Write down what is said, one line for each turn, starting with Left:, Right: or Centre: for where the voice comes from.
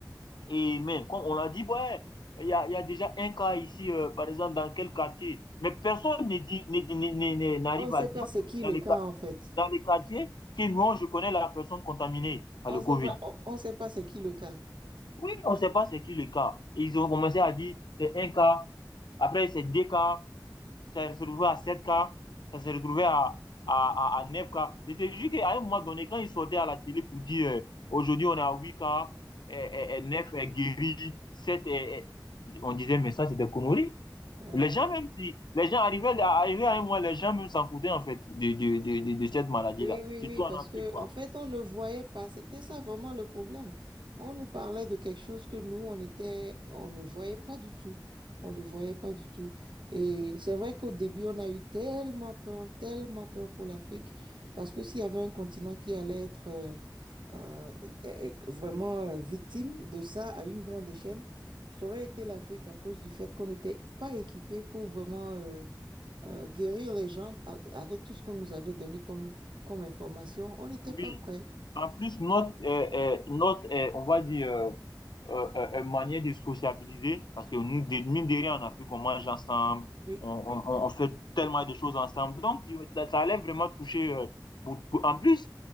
Left: Et même, comme on l'a dit, ouais, il y a, y a déjà un cas ici, euh, par exemple, dans quel quartier. Mais personne ne dit- ne- ne- ne- ne- n'arrive
Right: On ne sait
Left: à dire
Right: pas c'est qui
Left: dans
Right: le
Left: les,
Right: cas,
Left: qua-
Right: en fait.
Left: dans les quartiers que non, je connais la personne contaminée par
Right: On
Left: le
Right: ne
Left: Covid.
Right: sait pas, on, on sait pas c'est qui le cas.
Left: Oui, on ne sait pas c'est qui le cas. Et ils ont commencé à dire c'est un cas, après c'est deux cas, ça s'est retrouvé à sept k ça s'est retrouvé à, à, à, à 9K. Je te jure qu'à un moment donné, quand ils sortaient à la télé pour dire euh, aujourd'hui on est à huit k et, 9 est guéri, 7 est, et... On disait, mais ça c'est des conneries.
Right: Ouais.
Left: Les gens, même si les gens arrivaient, à, arrivaient à un moment, les gens même s'en foutaient en fait de, de, de, de, de cette maladie-là,
Right: Oui, oui,
Left: surtout
Right: oui, parce
Left: en Afrique,
Right: que
Left: quoi.
Right: en fait, on ne voyait pas. C'était ça vraiment le problème. On nous parlait de quelque chose que nous, on était, on ne voyait pas du tout. On ne voyait pas du tout. Et c'est vrai qu'au début, on a eu tellement peur, tellement peur pour l'Afrique, parce que s'il y avait un continent qui allait être euh, euh, euh, vraiment euh, victime de ça à une grande échelle, ça aurait été l'Afrique à cause du fait qu'on n'était pas équipé pour vraiment euh, euh, guérir les gens a- avec tout ce qu'on nous avait donné comme, comme information, on n'était
Left: Oui.
Right: pas prêts.
Left: En plus, notre, euh, euh, notre euh, on va dire, euh, euh, euh, euh, manière de sociabiliser, parce que nous, de, mine de rien, en Afrique, on mange ensemble,
Right: Oui,
Left: on, on, on-
Right: oui.
Left: on fait tellement de choses ensemble. Donc, tu- ça allait vraiment toucher euh, beaucoup. En plus,